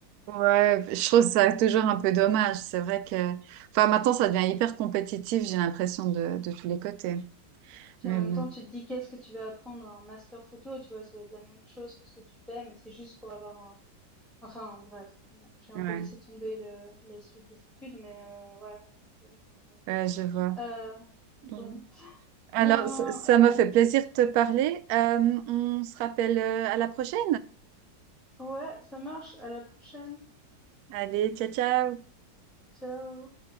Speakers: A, on the right; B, in the centre.
A: Ouais, je trouve ça toujours un peu dommage. C'est vrai que, enfin, maintenant, ça devient hyper compétitif, j'ai l'impression de, de tous les côtés.
B: Puis
A: Mais
B: en même
A: bon,
B: temps, tu te dis qu'est-ce que tu vas apprendre à un master photo, tu vois, ça va être la même chose que ce que tu fais, mais c'est juste pour avoir un, Enfin, bref, bon, j'ai un
A: ouais.
B: peu laissé tomber le la suite des études, mais heu, ouais, c'est ouais.
A: Ouais, je vois.
B: Heu, bon,
A: Bon. Alors,
B: ben,
A: ça ça
B: heu,
A: m'a fait plaisir de te parler. Euh, on se rappelle euh, à la prochaine.
B: ouais, ça marche, à la prochaine.
A: Allez, ciao, ciao.
B: Ciao.